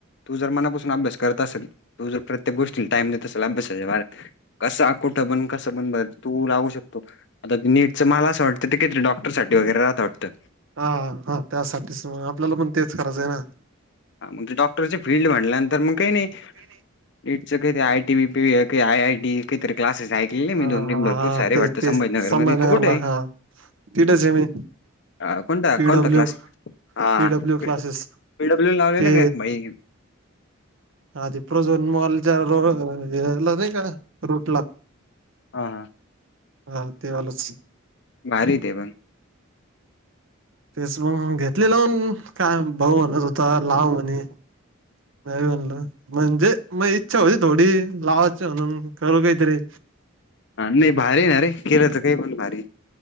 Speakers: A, on the left; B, on the right.
A: तू जर मनापासून अभ्यास करत असेल, तू जर प्रत्येक गोष्टीला टाईम असलं अभ्यासाच्या <unintelligible> कसा कुठं पण कसं पण भर तू राहू शकतो, आता नीट असं मला असं वाटतं ते कितीरी डॉक्टर साठी वगैरे राहता वाटतं.
B: हा हा त्यासाठीच, मग आपल्याला पण तेच करायचं आहे ना.
A: हा, मग ते डॉक्टरची फील्ड म्हणल्यानंतर मग काही नाही
B: काय नाय
A: ईटच किती, आयटी, वीपीवी, आयआयटी, किती तरी क्लासेस ए लेले,
B: हा
A: मी दोन
B: हा
A: तीन भरपूर
B: हा
A: सारे
B: तेच
A: वाटतं
B: तेच तेच
A: संभाजीनगर
B: मला. संभाजीनगरला
A: मध्ये, तू कुठे आहे?
B: हा तिथेच आहे मी
A: हा कोणता
B: पीडब्ल्यू
A: कोणता क्लास?
B: हा
A: हा
B: पीडब्ल्यू क्लासेस
A: पी डब्ल्यू लावलेला
B: ते
A: का भाई
B: हा, ते प्रोझोन मॉलच्या रो ह्याला नाय का रूटला
A: हा
B: हा तेवालंच
A: भारी दे पण
B: तेच मग घेतलेलंून काय भाऊ म्हणत होता लाव म्हणे बल म्हणजे मग इच्छा होती थोडी लावाची म्हणून करू काहीतरी
A: हा नाही भारी ना अरे केलं तर काही पण भारी